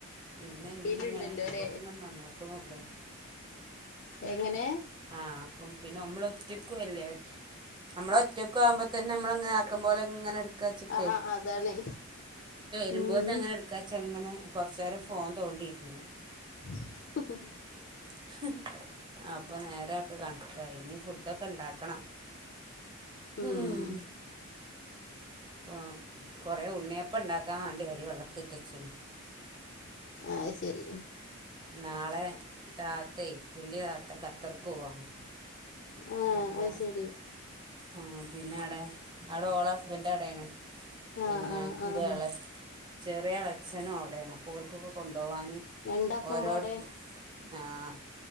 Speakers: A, on the right (about 20°); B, on the left (about 50°).
A: പിന്നെ ഇനി
B: വെയിലുണ്ടല്ലോ
A: ഇങ്ങനെ അതൊക്കെ
B: ല്ലേ
A: ഇങ്ങനെ നന്നാക്ക്ണൊള്ളെ
B: എങ്ങനെ
A: ആഹ് അപ്പം പിന്നെ നമ്മള ഒറ്റക്കു അല്ലേ നമ്മള ഒറ്റക്ക ആവുമ്പോ തന്നെ നമ്മ ആക്കം പൊലെ ഇങ്ങനെ ഇട്ക്കാചിട്ടെ
B: ആഹ് അതാണ്
A: ച്ചെങ്ങനെ
B: ഉം
A: കൊറച്ച നേരം ഫോൺ തോണ്ടിയിന്ന്
B: <unintelligible>
A: <unintelligible> അപ്പൊ നേരൊക്കെ കണക്ക ഇനി ഫുഡ ഒക്കെ ഉണ്ടാക്കണം ഹും
B: ഉം
A: അപ്പോൾ കുറേ ഉണ്ണിയപ്പം ഉണ്ടാക്കാൻ വേണ്ടി അരി വെള്ളത്തിട്ട വെച്ചണ്
B: ആത് ശരി
A: നാളെ താത്തേ വലിയ താത്ത കത്തർക്ക് പോണ്
B: ആഹ്
A: അപ്പൊ
B: അത് ശരി
A: ആഹ് പിന്നെ അടെ അവിടെ ഓളോ ഹസ്ബൻ് അവിടയാണ് പിന്നെന്ത്ള
B: ആഹ് ആഹ് ആഹ്
A: ചെറിയളച്ഛനും അവിടെയാണ് പൂൽക്കൊക്കെ കൊണ്ടുപോകാന്
B: രണ്ടാക്കുമ്പാടെ
A: ഓരോരു ആഹ്